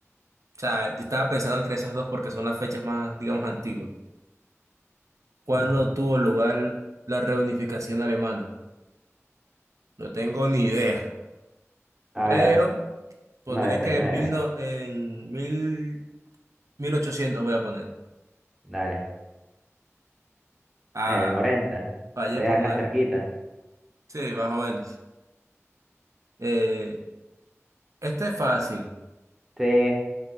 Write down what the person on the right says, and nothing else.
o sea, yo estaba pensando entre esas dos porque son las fechas más, digamos, antiguas. ¿Cuándo
tuvo lugar la reunificación alemana? No tengo ni idea,
pero
pondré
que
en, mil no- en mil, 1800 voy a poner.
Ah,
fallé
por
nueve.
Sí, más o menos. Eh, este es fácil.